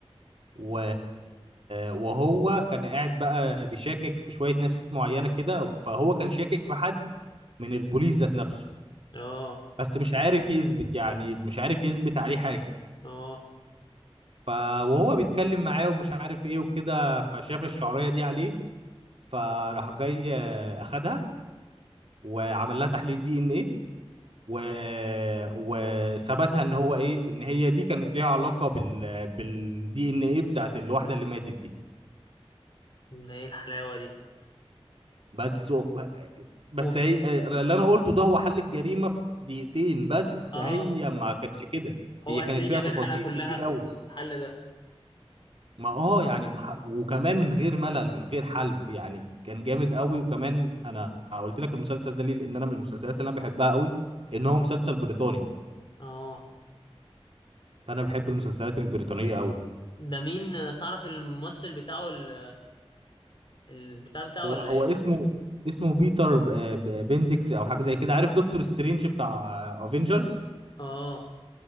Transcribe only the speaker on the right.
و... وهو كان قاعد بقى بيشاكك في شوية ناس معينة كده فهو كان شاكك في حد من البوليس ذات نفسه
بس مش عارف يثبت يعني مش عارف يثبت عليه حاجة
ف... وهو بيتكلم معاه ومش عارف ايه وكده فشاف الشعرية دي عليه فراح جاي آه، اخدها وعمل لها تحليل دي ان ايه و... وثبتها ان هو ايه ان هي دي كانت ليها علاقه بال بالدي ان ايه بتاعت الواحده اللي ماتت دي
بس بس
هي اللي انا قلته ده هو حل الجريمه في دقيقتين بس
هي ما كانتش كده
هي
كانت فيها
تفاصيل
كتير
قوي
ما اه يعني بح... وكمان من غير ملل من غير حلب يعني كان جامد قوي وكمان انا قلت لك المسلسل ده ليه لان انا من المسلسلات اللي انا بحبها قوي ان هو مسلسل بريطاني
فانا بحب المسلسلات البريطانيه قوي
هو
هو
اسمه اسمه بيتر ب- ب- بندكت او حاجه زي كده عارف دكتور سترينج بتاع افنجرز